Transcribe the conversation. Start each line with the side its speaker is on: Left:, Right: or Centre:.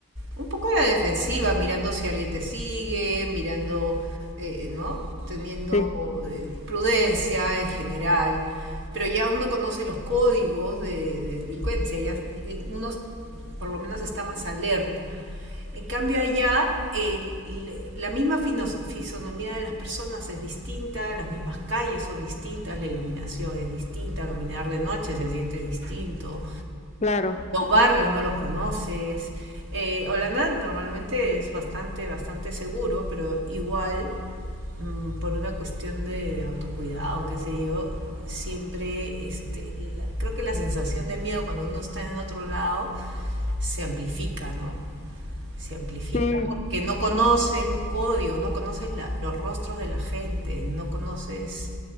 Right: un poco a la defensiva, mirando si alguien te sigue, mirando, eh, ¿no? Teniendo
Left: Sí,
Right: eh, prudencia en general. Pero ya uno conoce los códigos de, de delincuencia, ya eh, uno por lo menos está más alerta. En cambio allá el- la misma fisonomía de las personas es distinta, las mismas calles son distintas, la iluminación es distinta, caminar de noche se siente distinto,
Left: claro.
Right: los barrios no los conoces. Eh, Holanda normalmente es bastante, bastante seguro, pero igual mm, por una cuestión de autocuidado, qué sé yo, siempre este, la- creo que la sensación de miedo cuando uno está en otro lado se amplifica, ¿no? se amplifica
Left: Sí,
Right: porque no conoces los códigos, no conoces la, los rostros de la gente, no conoces...